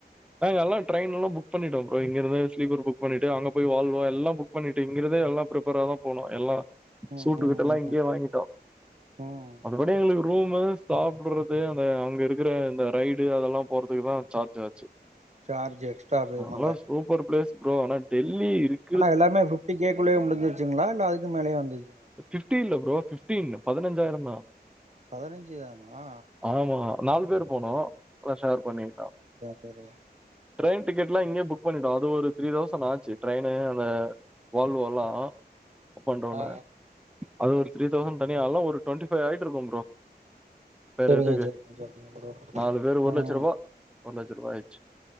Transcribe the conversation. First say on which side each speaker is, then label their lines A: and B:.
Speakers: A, in the centre; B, on the right.
A: நாங்கலலா ட்ரெயின் எல்லா புக் பண்ணிட்டோ ப்ரோ இங்க இருந்து <unintelligible> புக் பண்ணிட்டு அங்க போய் வால்வா எல்லா புக் பண்ணிட்டு இங்கிர்ந்து எல்லா பிரிப்பராதா போனோ எல்லா <unintelligible>
B: ம்
A: இதெல்லா
B: ம்
A: இங்கே வாங்கிட்டோ
B: ம்
A: மத்தபடி எங்களுக்கு ரூமு சாப்டறது அந்த அங்க இருக்கிற இந்த ரைடு அதெல்லா போறதுக்கு தா சார்ஜ் ஆச்சு
B: சார்ஜ் எக்ஸ்ட்ரா பேமெண்ட்
A: அதா
B: ஆயிடு
A: சூப்பர் பிளேஸ் ப்ரோ ஆனா டெல்லி இருக்
B: ஆனா எல்லாமே பிப்டி கேக்குள்ளயே முடிச்சிச்சுங்ளா இல்ல அதுக்குமேலேயு வந்துச்
A: பிப்டீ இல்ல ப்ரோ பிப்டின் பதினஞ்சாயிரதா
B: பதினஞ்சு தானா
A: ஆமா நாலு பேரு போனோ எல்லா ஷேர் பண்ணிட்தா
B: சரி
A: ட்ரெயின் டிக்கெட்லா இங்க புக் பண்ணிட்டோ அது ஒரு த்ரீ தௌசண்ட் ஆச்சு ட்ரெயினு அந்த வால்வொல்லா அப் அண்ட் டவுன்னு
B: ஆ
A: அது ஒரு த்ரீ தௌசண்ட் தனியா ஆகு ஒரு டுவெண்ட்டி ஃபைவ் ஆயிட்டு இருக்கு ப்ரோ பேற
B: சரிங்க
A: ரண்டுக்கு
B: சரிங்க சரிங்க ப்ரோ
A: நாலு பேரு ஒரு
B: ம்
A: லட்சரூவா ஒரு லட்சருபா ஆயிடுச்சி